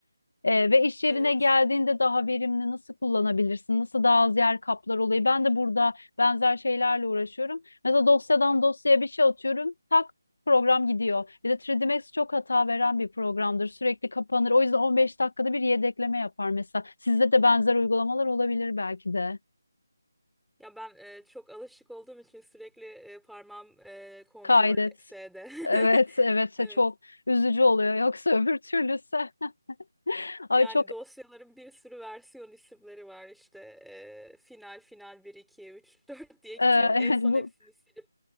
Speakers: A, on the left; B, in the centre.
A: Ee, ve iş yerine
B: Evet.
A: geldiğinde daha verimli nasıl kullanabilirsin? Nasıl daha az yer kaplar olayı? Ben de burada benzer şeylerle uğraşıyorum. Mesela dosyadan dosyaya bir şey atıyorum. Tak program gidiyor. Bir de 3D Max çok hata veren bir programdır. Sürekli kapanır. O yüzden 15 dakikada bir yedekleme yapar mesela. Sizde de benzer uygulamalar olabilir belki de.
B: Ya ben e, çok alışık olduğum için sürekli e, parmağım e, kontrol
A: Kaydet.
B: F'de.
A: Evet,
B: <laughs>
A: evet
B: Evet.
A: çok üzücü oluyor. Yoksa öbür türlüsü. <laughs> Ay
B: Yani
A: çok
B: dosyaların bir sürü versiyon isimleri var işte. e, final, final bir iki 3 <laughs> 4 diye gidiyor.
A: e,
B: En son
A: <laughs> bu
B: hepsini silip